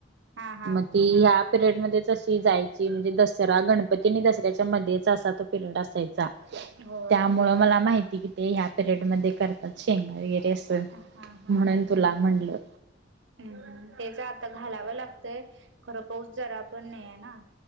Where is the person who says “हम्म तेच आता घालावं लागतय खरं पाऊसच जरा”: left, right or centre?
Right